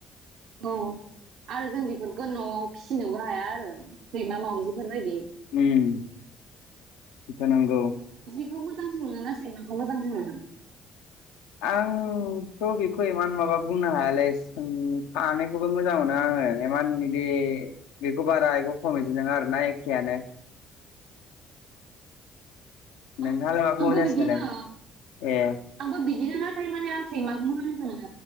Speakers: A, on the right; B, on the left.
A: औ आरो जों बेफोरखौ न'आव फिसिनोबो हाया आरो सैमा मावजिफोर बायदि
B: उम बेथ नंगौ
A: खौ मोजांसिन मोनोना सैमाखौ मोजांसिन मोनो
B: आंथ' बेखौ इमान माबा बुंनो हायालै सों सानैखौबो मोजां मोनो आं <unintelligible> इमान बिदि बेखौ बारा बेखौ खम इदि नङा आरोना एखेयानो
A: <unintelligible> आं
B: नोंथाङालाय माखौ
A: आंबो
B: मोजांसिन
A: बिदिनो
B: मोनो ए
A: आंबो बिदि नाथाय माने आं सैमाखौ मोजांसो